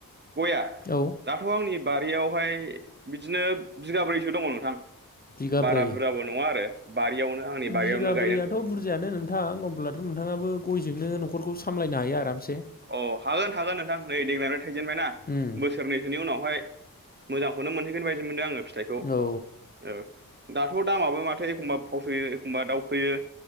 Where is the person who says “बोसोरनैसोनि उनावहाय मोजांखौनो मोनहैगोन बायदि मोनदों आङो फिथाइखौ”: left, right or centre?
Right